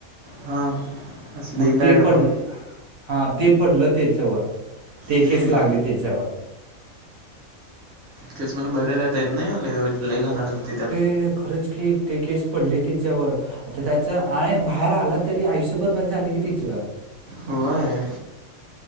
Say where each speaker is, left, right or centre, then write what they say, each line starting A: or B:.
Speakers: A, on the right; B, on the right.
A: हां. असं
B: मग
A: दे डायरेक्ट
B: ते पडलं
A: बोल
B: हां ते पडलं त्याच्यावर ते
A: हम्म,
B: केस लागली त्याच्यावर
A: केस मधून बाहेर येता येत नाही लई वाईट लई घाणं अडकतोय त्यात.
B: हे खरंच की ते केस पडली तेच्यावर आता त्याच आणि बाहेर आला तरी आयुष्य बरबाद झालं की त्याच.
A: होय!